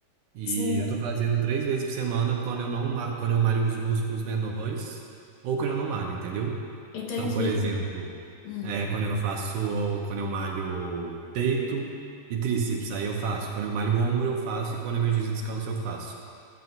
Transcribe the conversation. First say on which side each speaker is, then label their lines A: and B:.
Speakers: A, on the right; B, on the left.
A: E
B: Sim,
A: eu tô fazendo três vezes por semana quando eu não, ma- quando eu malho os músculos menores ou quando eu não malho, entendeu?
B: entendi.
A: Então, por exemplo,
B: Hum.
A: é, quando eu faço, quando eu malho peito e tríceps, aí eu faço. Quando eu malho o ombro, eu faço. E quando é meu dia de descanso, eu faço.